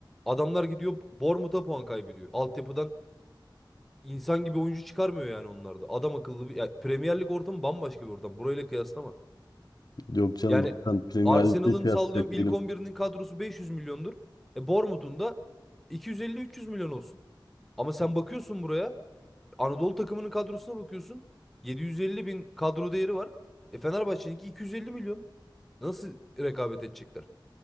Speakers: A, in the centre; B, on the left (about 55°).
A: Adamlar gidiyor Bournemouth'a puan kaybediyor. Altyapıdan İnsan gibi oyuncu çıkarmıyor yani onlarda. Adam akıllı bir ya Premier Lig ortamı bambaşka bir ortam. Burayla kıyaslama.
B: Yok canım
A: Yani
B: zaten Premier
A: Arsenal'ın
B: Lig'de kıyaslayacak
A: sallıyorum ilk
B: değilim.
A: on birinin kadrosu 500 milyondur. E Bournemouth'un da 250-300 milyon olsun. Ama sen bakıyorsun buraya Anadolu takımının kadrosuna bakıyorsun. 750 bin kadro değeri var. E Fenerbahçe'ninki 250 milyon. Nasıl rekabet edecekler?